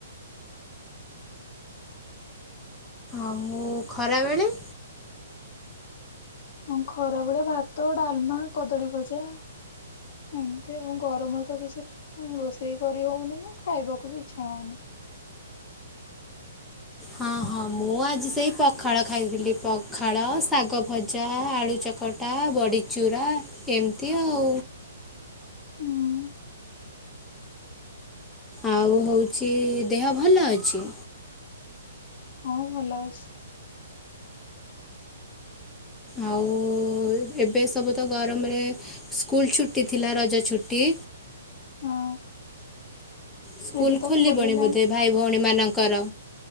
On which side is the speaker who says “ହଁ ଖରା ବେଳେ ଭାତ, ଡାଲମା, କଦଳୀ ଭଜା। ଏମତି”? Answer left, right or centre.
Left